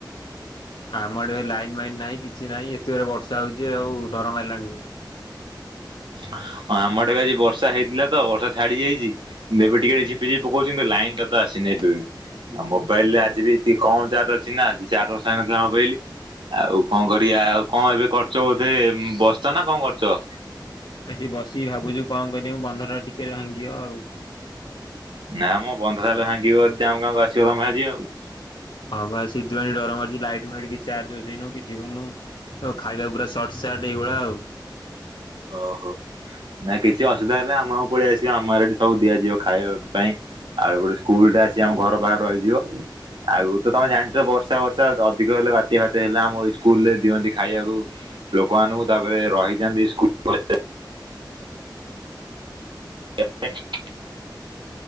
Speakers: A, on the left; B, on the right.
A: ଆମ ଆଡେ ଏ ଲାଇନ୍ ମାଇନ୍ ନାହିଁ କିଛି ନାହିଁ ଏତେ ଜୋରରେ ବର୍ଷା ହଉଛି ଆଉ ଡର ମାଇଲାଣି।
B: ହଁ ଆମ ଆଡେ ଏବେ ଆଜି ବର୍ଷା ହେଇଥିଲା ତ ବର୍ଷା ଛାଡି ଯାଇଛି। ଏବେ ଟିକେ ଝିପି ଝିପି ପକଉଚି କିନ୍ତୁ ଲାଇନ ଟା ତ ଆସିନି ଏବେବି। ଆଉ ମୋବାଇଲ ରେ ଆଜି ବି ଏତିକି କମ ଚାର୍ଜ ଅଛି ନା ଚାର୍ଜ ବସା ହେଇ ନଥିଲା ମୋବାଇଲ। ଆଉ କଣ କରିବା ଆଉ କଣ ଏବେ କରୁଚ ବୋଧେ ବସିଚ ନା କଣ କରୁଚ?
A: ଆସିକି ବସିକି ଭାବୁଛି କଣ କରିବି ବନ୍ଧ ଟା ଟିକେ ଭାଙ୍ଗିବ ଆଉ।
B: ନା ମ ବନ୍ଧ ଟା ହେଲେ ଭାଙ୍ଗିବ ଯଦି ଆମ ଗାଁକୁ ଆସିବ ତମେ ଆଜି ଆଉ।
A: ହଁ ବା ସେଇଥିପାଇଁ ଡର ମାରୁଛି ଲାଇଟ ଫାଇଟ ଚାର୍ଜ ବସେଇନୁ କିଛି କରିବୁ। ଆଉ ଖାଇବା ପୁରା ସର୍ଟ ସାର୍ଟ ଏଇଭଳିଆ ଆଉ।
B: ଓହୋ ନାଇ କିଛି ଅସୁବିଧା ହେଲେ ଆମ ଗାଁକୁ ପଳେଇ ଆସିବ ଆମର ଏଠି ସବୁ ଦିଆଯିବ ଖାଇବା ପାଇଁ। ଆଉ ଗୋଟେ ସ୍କୁଲ ଟା ଅଛି ଆମ ଘର ପାଖରେ ରହିଯିବ। ଆଗୁରୁ ତ ତମେ ଜାଣିଛ ବର୍ଷା ବର୍ଷା ଅଧିକ ହେଲେ ବାତ୍ୟା ଫାତ୍ୟା ହେଲେ ଆମ ସ୍କୁଲ ରେ ଦିଅନ୍ତି ଖାଇବାକୁ। ଲୋକମାନଙ୍କୁ ତାପରେ ରହିଥାନ୍ତି ସ୍କୁଲ କ ଲେଜ୍ ରେ <unintelligible>